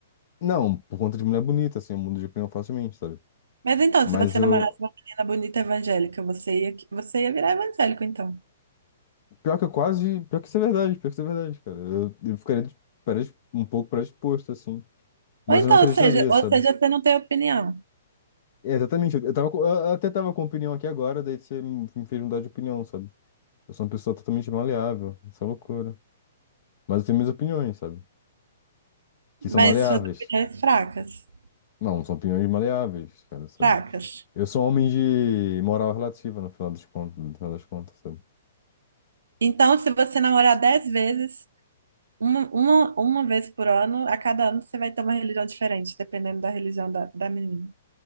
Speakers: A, on the left; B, on the right.
A: Não, por conta de mulher bonita, assim, eu mudo de opinião facilmente, sabe?
B: Mas então,
A: Mas
B: se você
A: eu,
B: namorasse uma menina bonita evangélica, você ia, você ia virar evangélico, então.
A: Pior que eu quase. Pior que isso é verdade, pior que isso é verdade, cara. Eu, eu ficaria dis- pare- um pouco predisposto, assim. Mas
B: Ou então,
A: eu não acreditaria,
B: ou seja, ou
A: sabe?
B: seja, você não tem opinião,
A: É, exatamente. Eu, eu tava, com- eu- eu até tava com opinião aqui agora, daí você me me fez mudar de opinião, sabe? Eu sou uma pessoa totalmente maleável. Isso é loucura. Mas eu tenho minhas opiniões, sabe? Que
B: mas
A: são maleáveis.
B: suas opiniões fracas,
A: Não, são opiniões maleáveis, cara, sabe?
B: fracas.
A: Eu sou um homem de moral relativa, no final das contas, no final das contas, sabe?
B: Então, se você namorar dez vezes, Uma, uma, uma vez por ano, a cada ano você vai ter uma religião diferente, dependendo da religião da, da menina.